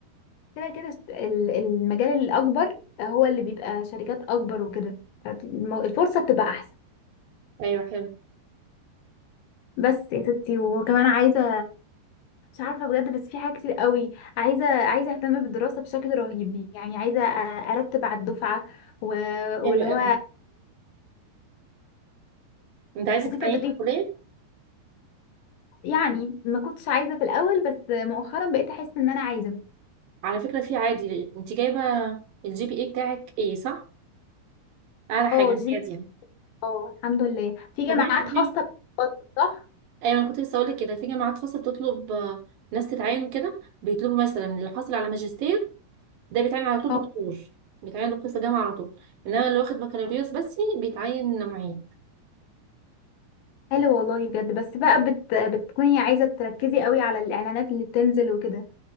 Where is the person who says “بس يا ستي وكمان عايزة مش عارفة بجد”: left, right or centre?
Left